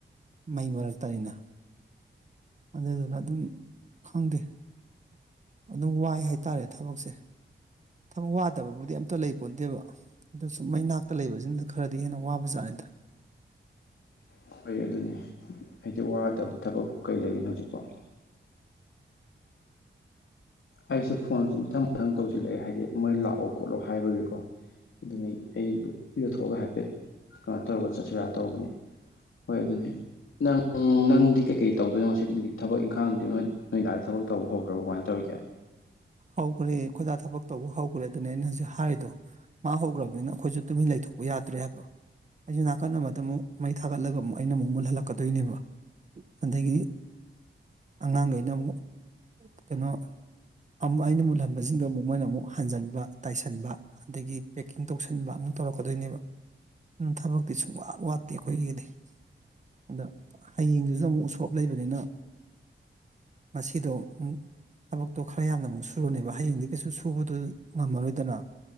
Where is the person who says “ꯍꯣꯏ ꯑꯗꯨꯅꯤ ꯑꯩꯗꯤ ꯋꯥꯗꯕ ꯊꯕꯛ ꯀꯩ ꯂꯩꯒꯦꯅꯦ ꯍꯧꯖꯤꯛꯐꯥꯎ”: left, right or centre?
Left